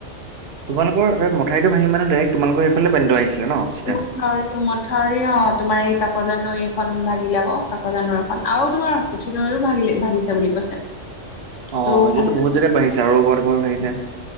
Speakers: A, on the right (about 55°); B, on the left (about 80°).
A: তোমালোকৰ সেয়াত মঠাওৰিটো ভাঙি মানে ডাইৰেক তোমালোকৰ সেইফালে পানীটো আহিছিলে ন চিধা?
B: উম হয় মঠাওৰি অ তোমাৰ এই কাকজান নৈখন ভাগিলে ক কাকজান নৈখন আৰু তোমাৰ পুঠিনৈও ভাগিলে ভাগিছে বুলি কৈছে
A: অ
B: ত'
A: এতিয়াতো
B: খালি
A: বহুত জেগাত ভাঙিছে আৰু ক'বাত ক'বাত ভাঙিছে